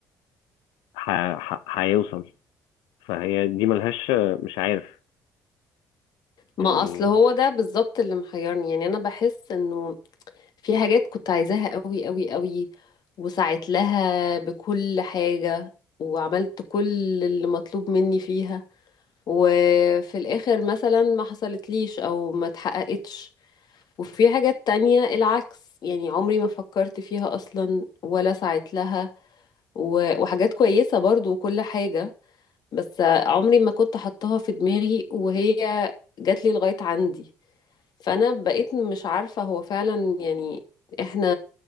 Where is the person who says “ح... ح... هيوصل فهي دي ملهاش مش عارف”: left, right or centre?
Left